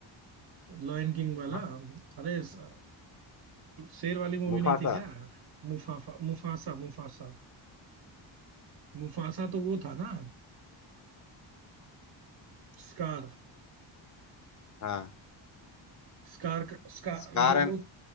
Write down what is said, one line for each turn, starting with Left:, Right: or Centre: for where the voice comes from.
Right: लॉयन किंग वाला
Left: हाँ?
Right: अरे स- शेर वाली मूवी
Left: मुफासा
Right: नहीं थी क्या मुफाफा मुफासा मुफासा मुफासा तो वो था ना स्कार
Left: हाँ
Right: स्कार स्कार
Left: Scar
Right: जो
Left: and
Right: वो